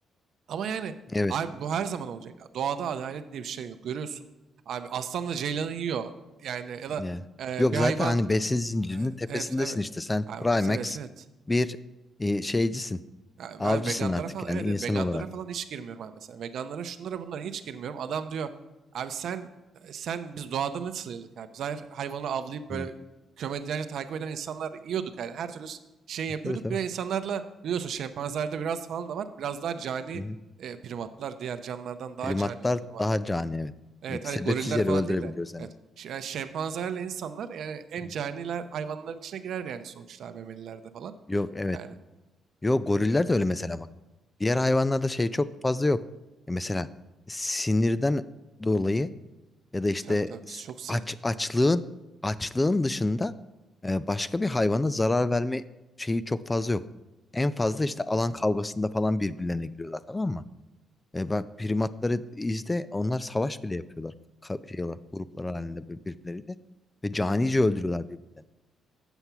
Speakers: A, on the right; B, on the left.
A: Ama yani
B: Evet
A: abi bu her zaman olacak. Doğada adalet diye bir şey yok. Görüyorsun. Abi aslanla ceylanı yiyor. Yani ya da
B: yani.
A: e,
B: Yok
A: bir
B: zaten
A: hayvan
B: hani besin zincirinin
A: Evet,
B: tepesindesin
A: evet. Evet,
B: işte. Sen
A: abi,
B: Primax
A: evet, evet.
B: bir e, şeycisin.
A: Ya
B: Avcısın
A: ben veganlara
B: artık
A: falan
B: yani
A: evet,
B: insan
A: evet veganlara
B: olarak.
A: falan hiç girmiyorum abi mesela. Veganlara şunlara bunlara hiç girmiyorum. Adam diyor abi sen sen biz doğada nasıl yıldık abi? Biz her hayvanı avlayıp böyle
B: Hı.
A: kilometrelerce takip eden insanlar yiyorduk yani. Her türlü şey yapıyorduk.
B: Tabii tabii.
A: Bir de insanlarla biliyorsun şempanzelerde biraz falan da var. Biraz daha cani
B: Hı hı.
A: e, primatlar. Diğer canlılardan daha
B: Primatlar
A: cani oluyor primatlar.
B: daha cani evet.
A: Evet hani
B: Sebepsiz
A: goriller
B: yere
A: falan
B: öldürebiliyoruz
A: değil de.
B: en
A: Evet.
B: azından.
A: ş- yani Şempanzelerle insanlar yani en
B: Hı hı.
A: caniler hayvanların içine girer yani sonuçta memelilerde falan.
B: Yok evet.
A: Yani.
B: Yok goriller de öyle mesela bak. Diğer hayvanlarda şey çok fazla yok. E mesela sinirden dolayı ya da işte
A: Tabii tabii çok
B: s-
A: sinirli.
B: aç açlığın açlığın dışında e, başka bir hayvana zarar verme şeyi çok fazla yok. En fazla işte alan kavgasında falan birbirlerine giriyorlar tamam mı? E, bak primatları izle onlar savaş bile yapıyorlar. Ka şey olarak, gruplar halinde bir- birbirleriyle ve canice öldürüyorlar birbirlerini.